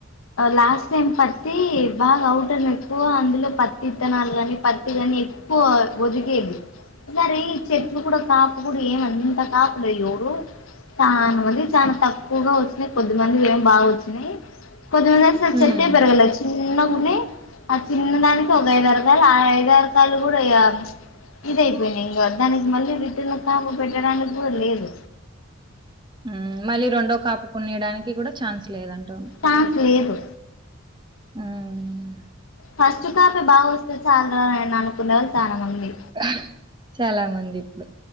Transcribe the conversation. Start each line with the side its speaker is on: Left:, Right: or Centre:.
Left: లాస్ట్ టైమ్ పత్తి బాగా అవుట్ ఎక్కువ అందులో పత్తి ఇత్తనాలు కాని పత్తి కాని ఎక్కు పో ఒదిగేకి సరే ఈ చెట్లు కూడా కాపు కూడా ఏమంత కాపులే ఎవరు స్థానవని చాలా తక్కువగా వచ్చినాయి కొద్దిమంది ఏం బాగా వచ్చినాయి కొద్దిమంది అసలు
Right: ఉమ్,
Left: చెట్టే పెరగల చిన్నగా ఉన్నాయి ఆ చిన్న దానికి ఒక ఐదు అరకాలు ఆ ఐదు అరకాలు కూడా ఇగా ఇదియిపోయినాయి ఇంకా మొత్తానికి మళ్ళీ రిటర్న్ కాపు పెట్టడానికి కూడా లేదు
Right: ఆ మళ్ళీ రెండో కాపు కొనేయడానికి కూడా ఛాన్స్ లేదంటావు
Left: ఛాన్స్ లేదు
Right: ఉమ్.
Left: ఫస్ట్ కాపే బాగా వస్తే చాలు రా నాయనా అనుకునే వాళ్ళు చాలామంది
Right: <unintelligible> చాలా మంది ఇప్పుడు